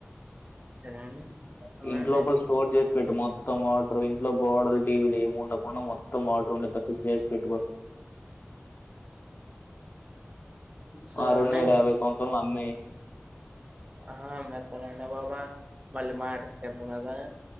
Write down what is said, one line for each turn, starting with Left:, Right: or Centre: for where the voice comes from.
Right: సరే అండి వస్తున్నా
Left: ఇంట్
Right: అండి
Left: లోపల్ స్టోర్ చేస్ పెట్టు. మొత్తం వాట్రూ ఇంట్లో గోడల్, టీవీలు ఏమి ఉండకుండా మొత్తం వాటర్ ఉండే తట్టి సేస్ పెట్టుకో.
Right: సరే
Left: ఆ రెండు
Right: అండి
Left: వేల యాభై సంవత్సరంలో ఆమ్ మెయ్
Right: ఆ ఆమ్మేత్తనండి. బాబా మళ్ళీ మాటొచ్చదుమళ్ళ